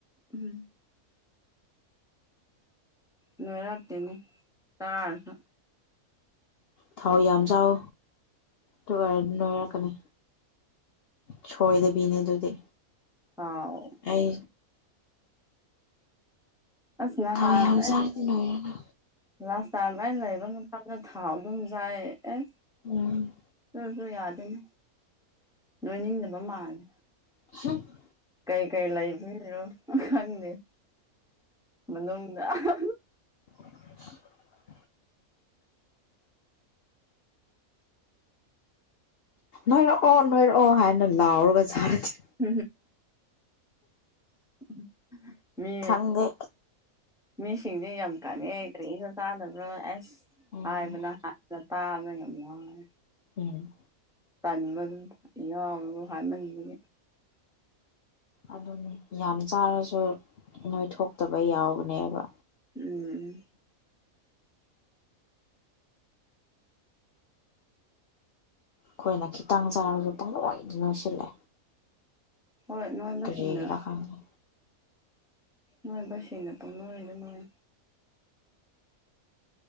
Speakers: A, in the centre; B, on the left.
A: ꯎꯝ ꯅꯣꯏꯔꯛꯇꯦꯅꯤ ꯇꯥꯔꯁꯨ
B: ꯊꯥꯎ ꯌꯥꯝ ꯆꯥꯎ ꯗꯨꯒꯥꯔ ꯅꯣꯏꯔꯛꯀꯅꯤ ꯆꯣꯏꯗꯕꯤꯅꯦ ꯑꯗꯨꯗꯤ
A: ꯑꯥꯎ
B: ꯑꯩ
A: ꯑꯁ ꯅꯍꯥꯟ
B: ꯊꯥꯎ ꯌꯥꯝ ꯆꯥꯔꯗꯤ
A: ꯑꯩ
B: ꯅꯣꯢꯔꯦꯅ
A: ꯂꯥꯁ ꯇꯥꯏꯝ ꯑꯩ ꯂꯩꯕ ꯃꯐꯝꯗꯨ ꯊꯥꯎ ꯑꯗꯨꯝ ꯆꯥꯏ ꯑꯦ
B: ꯎꯝ
A: ꯗꯨꯁꯨ ꯌꯥꯗꯦꯅꯦ ꯅꯣꯏꯅꯤꯡꯗꯕ ꯃꯥꯜꯂꯦ
B: <unintelligible>
A: ꯀꯩꯀꯩ ꯂꯩꯕꯤꯔꯣ ꯑꯈꯪꯗꯦ ꯃꯅꯨꯡꯗ ꯑꯍꯥ
B: <inaudible> ꯅꯣꯏꯔꯛꯑꯣ ꯅꯣꯏꯔꯛꯑꯣ ꯍꯥꯏꯅ ꯂꯥꯎꯔꯒ ꯖꯥꯔꯗꯤ
A: <unintelligible> ꯎꯝ ꯃꯤ
B: ꯈꯪꯗꯦ
A: ꯃꯤꯁꯤꯡꯗꯤ ꯌꯥꯝ ꯀꯪꯉꯦ ꯀꯔꯤꯁꯨ ꯆꯥꯗꯕ꯭ꯔꯣ ꯑꯦꯁ
B: ꯎꯝ
A: ꯍꯥꯏꯕꯅ ꯍꯥꯏꯕ ꯇꯥꯕꯗ ꯌꯥꯝ ꯋꯥꯔꯦ
B: ꯎꯝ
A: ꯇꯟꯕꯗꯨ ꯌꯥꯎꯕꯗꯣ ꯍꯥꯢꯃꯟꯕꯒꯤ
B: ꯑꯗꯨꯅꯤ ꯌꯥꯝ ꯆꯥꯔꯁꯨ ꯅꯣꯏ ꯊꯣꯛꯇꯕ ꯌꯥꯎꯕꯅꯦꯕ
A: ꯎꯝ
B: ꯈꯣꯏꯅ ꯈꯤꯇꯪ ꯆꯥꯔꯁꯨ ꯄꯪꯅꯣꯢꯗ ꯅꯣꯏ ꯁꯤꯜꯂꯦ
A: ꯍꯣꯏ ꯅꯣꯢꯕ
B: ꯀꯔꯤꯒꯤꯔꯥ
A: ꯁꯤꯡꯅ
B: ꯈꯪꯗꯦ
A: ꯅꯣꯏꯕꯁꯤꯡꯅ ꯄꯪꯅꯣꯢꯗ ꯅꯣꯏ